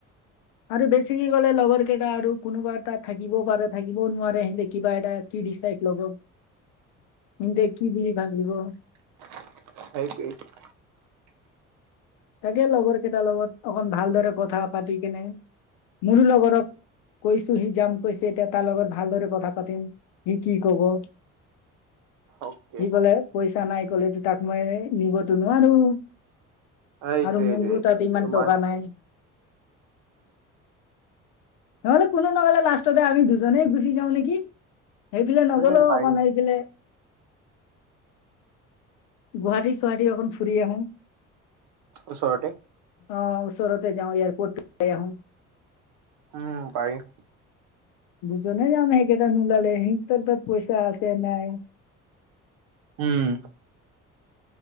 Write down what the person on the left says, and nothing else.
আৰু বেছিক কি ক'লে লগৰ কেইটা আৰু কোনোবাৰ তাত থাকিবও পাৰে থাকিবও নোৱাৰে সিহতে কিবা এটা। কি ডিচাইড লব কি বুলি ভাবিব।
তাকে লগৰ কেইটাৰ লগত অক ভালদৰে কথা পাতি কেনে। মোৰো লগৰত কৈছোহি যাম। কৈছে এতিয়া তাৰ লগত ভালদৰে কথা পাতিম সি কি কব। সি
ক'লে পইচা নাই ক'লেতো তাক মই নিবতো নোৱাৰো।
আৰু মোৰো তাত ইমান
টকা নাই নহ'লে কোনো নহ'লে লাষ্টতে আমি দুজনেই গুচি যাওঁ নেকি? সেইফালে নগলোওঁ
অকণ সেই গে গুৱাহাটী চুৱাহাৰী অকণ ফুৰি আহোঁ।
অ', ওচৰতে যাওঁ এয়াৰপৰ্টাই আহোঁ।
দুজনে যাম সেইকেইটা নোলালে সিহঁতৰ তাত পইচা আছে নাই।